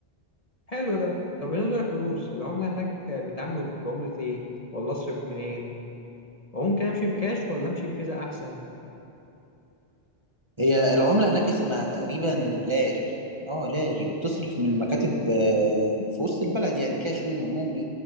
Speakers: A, on the left; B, on the right.
A: حلو ده طب بالنسبه للفلوس العمله هناك بيتعاملوا بعمله ايه ولا اصرف منين وممكن امشي بكاش ولا امشي بفيزا احسن
B: هي العملة هناك اسمها تقريبا لاري اه لاري وتصرف من مكاتب آه، في وسط البلد يعني كاش منهم ممكن